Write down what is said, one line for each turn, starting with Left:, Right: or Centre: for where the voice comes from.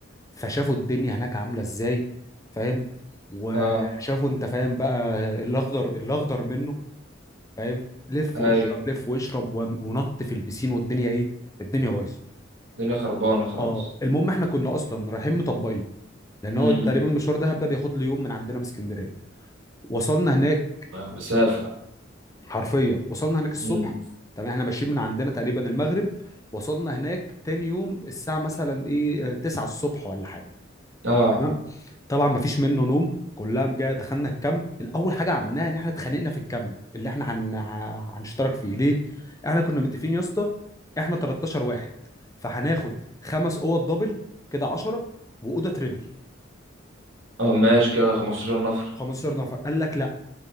Left: فشافوا الدنيا هناك عامله ازاي فاهم وشافوا
Right: اه
Left: انت فاهم بقى الاخضر الاخضر منه فاهم لف
Right: اي
Left: واشرب لف واشرب وم- ونط في البسين والدنيا ايه الدنيا بايظه
Right: الدنيا خربانة خالص
Left: اه المهم احنا كنا اصلا رايحين مطبقين لان
Right: امم
Left: هو تقريبا مشوار دهب ده بياخد له يوم من عندنا من اسكندريه وصلنا هناك
Right: مسافة
Left: حرفيا وصلنا هناك الصبح
Right: امم
Left: تمام احنا ماشيين من عندنا تقريبا المغرب وصلنا هناك تاني يوم الساعة مثلا ايه آه، 9 الصبح ولا حاجة
Right: اه
Left: تمام طبعا ما فيش منه نوم كلها مجا دخلنا الكامب الاول حاجة عملناها ان احنا اتخانقنا في الكامب اللي احنا هن... ه- هنشترك فيه ليه احنا كنا متفقين يا اسطى احنا 13 واحد فهناخد خمس اوض دبل كده 10 واوضه تريبل
Right: اه ماشي كده 15 نفر
Left: 15 نفر قال لك لا